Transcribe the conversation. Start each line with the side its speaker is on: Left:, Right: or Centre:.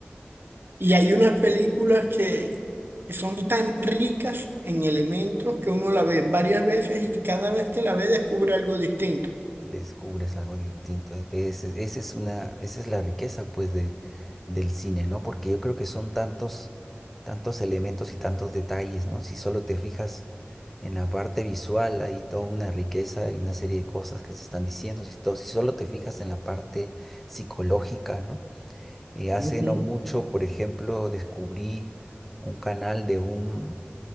Right: Y hay unas películas que son tan ricas en elementos que uno la ve varias veces y cada vez que la ve descubre algo distinto.
Centre: Descubres algo distinto. E- ese- esa es una, esa es la riqueza, pues, de, del cine, ¿no? Porque yo creo que son tantos, tantos elementos y tantos detalles, ¿no? Si solo te fijas en la parte visual, hay toda una riqueza y una serie de cosas que se están diciendo. Si, to- si solo te fijas en la parte psicológica, ¿no? Eh, hace
Right: Ujú.
Centre: no mucho, por ejemplo, descubrí un canal de un,